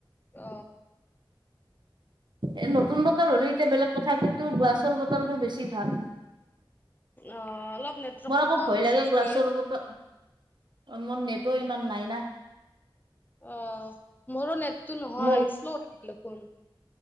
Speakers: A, on the left (about 20°); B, on the right (about 60°).
A: অ।
B: এ নতুন বট টল হ'লে এতিয়া বেলেগ কথা কিন্তু গ্লাছৰ বটলটো বেছি ভাল।
A: অ', অলপ নেটৱৰ্কটো
B: মোৰ আকৌ
A: কম
B: ভয়
A: হৈছে
B: লাগে
A: নেকি?
B: গ্লাছৰ বট অ মোৰ নেটো ইমান নাই না
A: অ মোৰো নেটটো নহয়
B: মোৰ
A: আহিছিলো দেখোন